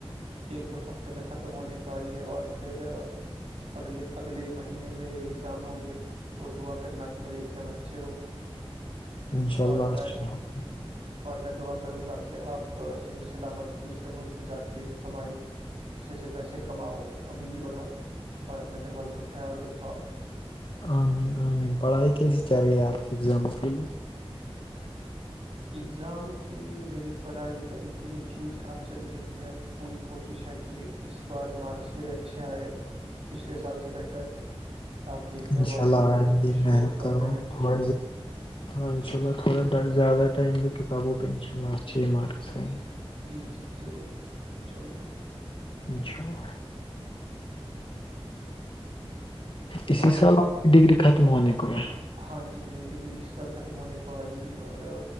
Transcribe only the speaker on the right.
ایک دو ہفتے میں ختم ہونے کو آئی ہے اور پھر اگلے اگلے مہینے میرے اگزام ہوں گے تو دعا کرنا کہ میرے اگزام اچھے ہو
اور
میں
اور میں دعا کروں گا کہ آپ صحیح سلامت دوسرے ملک میں جا کے کمائی اچھے سے پیسے کماؤ امیر بنو اور اپنے گھر والوں کا خیال رکھو آپ
اگزام کے لیے میری پڑھائی ابھی کے لیئے ٹھیک ٹھاک چل رہی ہے پوری کوشش ہے کہ اس بار مارکس میرے اچھے آئے پچھلے سال سے بہتر تاکہ گھر
والے
بھی تھوڑے
خوش ہو
اور
میں بھی خوش
ہوں
جی جی ضرور انشاء اللہ
اور
ہاں جی میری ڈگری اسی سال ختم ہونے کو آئے گی اور